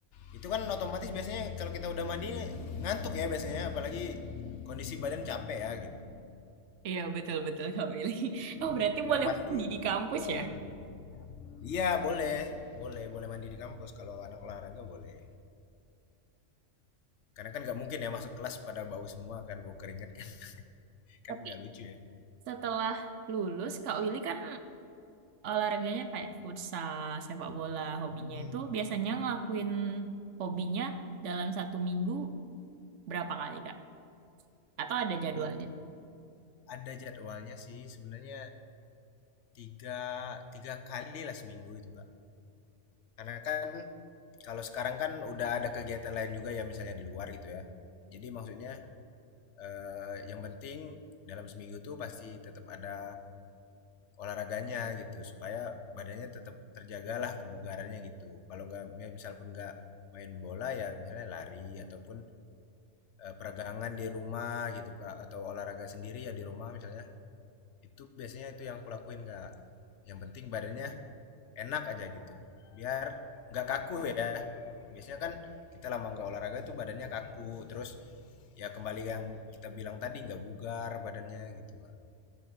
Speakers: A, on the left; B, on the right.
A: Itu kan otomatis biasanya kalau kita udah mandi ngantuk ya biasanya apalagi kondisi badan capek ya gitu.
B: Iya, betul-betul Kak Willy. <laughs>
A: Hmm.
B: Oh, berarti
A: Yang
B: boleh
A: pasti
B: mandi di kampus
A: eh,
B: ya?
A: Iya boleh, boleh, boleh mandi di kampus kalau anak olahraga boleh. Karena kan nggak mungkin ya masuk kelas pada bau semua kan, bau keringat kan, <laughs> kan
B: Tapi
A: nggak lucu ya.
B: setelah lulus, Kak Willy kan olahraganya kayak futsal, sepak bola, hobinya
A: Hmm,
B: itu biasanya ngelakuin hobinya dalam satu minggu berapa kali, Kak? Atau ada jadwalnya?
A: itu ada jadwalnya sih sebenarnya tiga tiga kali lah seminggu itu Kak. Karena kan kalau sekarang kan udah ada kegiatan lain juga ya misalnya di luar gitu ya. Jadi maksudnya eh, yang penting dalam seminggu tuh pasti tetap ada olahraganya gitu supaya badannya tetap terjagalah kebugarannya gitu. Kalau nggak ya misal pun nggak main bola ya misalnya lari ataupun eh, peregangan di rumah gitu Kak atau olahraga sendiri ya di rumah misalnya. Itu biasanya itu yang kulakuin Kak. Yang penting badannya enak aja gitu. Biar nggak kaku ya. Biasanya kan kita lama nggak olahraga tuh badannya kaku terus ya kembali yang kita bilang tadi nggak bugar badannya gitu Kak.